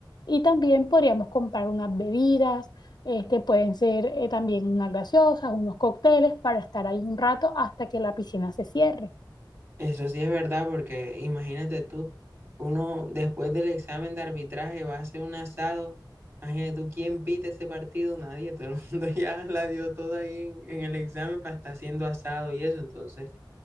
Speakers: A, on the left (about 55°); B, on the right (about 35°).
A: Y también podríamos comprar unas bebidas, este, pueden ser eh, también unas gaseosas, unos cócteles para estar ahí un rato hasta que la piscina se cierre.
B: Eso sí es verdad, porque imagínate tú, uno después del examen de arbitraje va a hacer un asado, imagínate tú quién pita ese partido, nadie, todo el <laughs> mundo ya la dio toda ahí en, en el examen para estar haciendo asado y eso, entonces